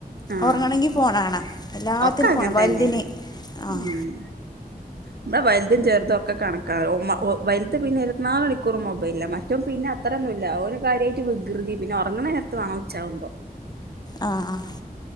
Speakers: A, on the right (about 85°); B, on the left (about 25°).
A: ആഹ്
B: ഒറങ്ങണൊങ്കി ഫോൺ വാണം എല്ലാത്തിനും
A: ഒക്കെ അങ്ങനെ
B: ഫോൺ വലുതിന്
A: തന്നെയാണ്
B: ആഹ
A: ഉം ഇവിടെ വലുതും ചെറുതും ഒക്കെ കണക്കാ <unintelligible> വലുതിന് - പിന്നെ ഇരുത്തിനാല് മണിക്കൂർ മൊബൈല മറ്റൊൻ പിന്നെ അത്രൊന്നും ഇല്ല ഒരു കാര്യമായിട്ട് വികൃതി പിന്നെ ഉറങ്ങണ നേരത്ത് വേണം മറിച്ചാവുമ്പോൾ
B: ആ ആഹ